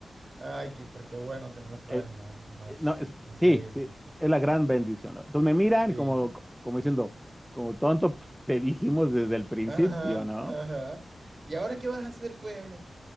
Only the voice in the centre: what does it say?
Eh,
eh,
no, es,
sí, sí, es la gran bendición. ¿no? Entonces me miran
como, como diciendo, como tonto, pues, te dijimos desde el principio,
¿no?